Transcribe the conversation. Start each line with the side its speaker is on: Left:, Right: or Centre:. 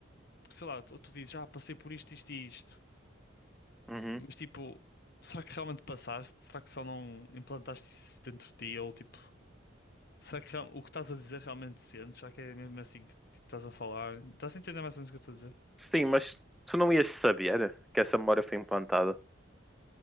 Left: Porque, sei lá, tu, tu dizes, ah, passei por isto, isto e isto.
Centre: Uhum.
Left: Mas, tipo, será que realmente passaste? Será que só não implantaste isso dentro de ti? Ou, tipo, será que real- o que estás a dizer realmente sentes? Será que é mesmo assim que, tipo, estás a falar? Estás a entender mais ou menos o que eu estou a dizer?
Centre: Sim, mas tu não ias saber que essa memória foi implantada.